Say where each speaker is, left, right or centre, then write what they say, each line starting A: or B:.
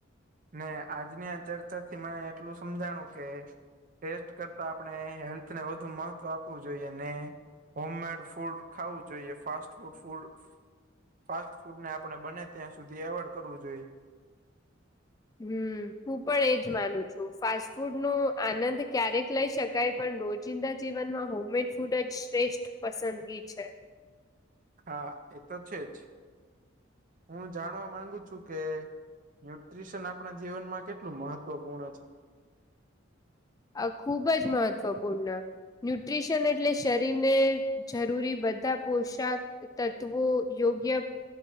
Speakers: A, on the right; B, on the left.
A: ને આજની આ ચર્ચા થી મને એટલું સમજાણું કે ટેસ્ટ કરતા આપણે હેલ્થને વધુ મહત્વ જોઈએ ને હોમમેડ ફુડ ખાવું જોઈએ ફાસ્ટ નુ ફૂડ. ફાસ્ટ ફૂડ ને આપણે બને ત્યાં સુધી એવોઇડ કરવું જોઈએ
B: હમ હું પણ એજ માનું છું ફાસ્ટ ફૂડ નો આનંદ ક્યારેક લઈ શક કઈ પણ રોજિંદા જીવનમાં હોમમેડ ફૂડ જ શ્રેષ્ઠ પસંદગી છે.
A: હા એ તો છે જ હું જાણવા માંગુ છું કે? ન્યુટ્રીશન આપણા જીવનમાં કેટલું મહત્વપૂર્ણ છે.?
B: આ ખુબ જ મહત્વપૂર્ણ. ન્યુટ્રીશન એટલે શરીરને જરૂરી બધા પોશાક તત્વો યોગ્ય